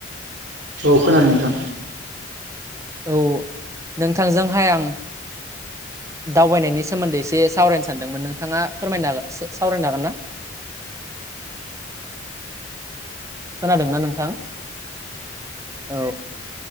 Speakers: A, on the right; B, on the right.
A: औ खोनादों नोंथां।
B: औ नोंथांजोंहाय आं दावबायनायनि सोमोन्दै एसे सावरायनो सानदोंमोन नोंथाङा फोरमायनो हागोन सावरायनो हागोन ना? खोनादोंना नोंथां। औ